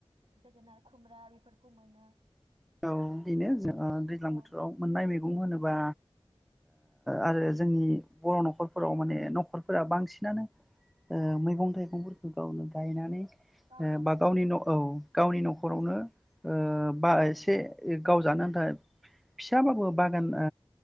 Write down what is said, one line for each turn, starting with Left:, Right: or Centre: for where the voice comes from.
Right: जोगोनार खुमब्रा बेफोरखौ मोनो
Centre: औ बेनो जों दैज्लां
Right: औ
Centre: बोथोराव मोननाय मैगं मैगं होनोबा आरो जोंनि बर' न'खरफोराव माने न'खरफोरा बांसिनानो मैगं थाइगंफोरखौ गावनो गायनानै
Right: गावनो
Centre: बा
Right: गायनानै
Centre: गावनि न' औ गावनि न'खर न'खरावनो ओ बा एसे गाव जानो आन्था फिसाबाबो बागान ओ